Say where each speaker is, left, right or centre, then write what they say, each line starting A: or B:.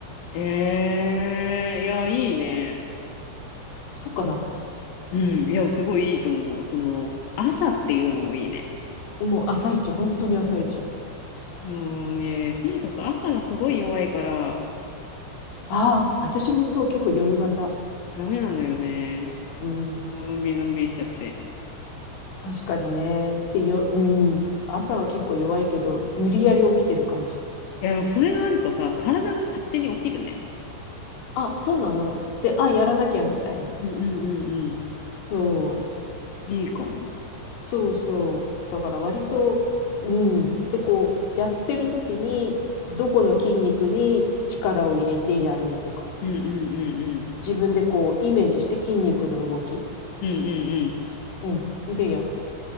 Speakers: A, on the left; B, on the left.
A: えー、いや、いいね。
B: そっかな。
A: うん、いや、すごいいいと思う。その、朝っていうのもいいね。
B: もう朝一、本当に朝一。
A: もうね、とにかく朝がすごい弱いから、
B: ああ、私もそう、結構夜型。
A: ダメなのよね。
B: うん。
A: もうのんびりのんびりしちゃって。
B: 確かにね。で、よ、うん。朝は結構弱いけど、無理やり起きてる感じ。
A: いや、でもそれがあるとさ、体が勝手に起きるね。
B: あ、そうなの。で、あ、やらなきゃ、みたいな。
A: うんうんうんうん。
B: そ
A: いいかも。
B: う。そうそう。だから割と、うん。で、こう、やってる時に、どこの筋肉に力を入れてやるとか、
A: うんうんうんうん。
B: 自分でこう、イメージして筋肉の動き、
A: うんうんう
B: うん。でやってる。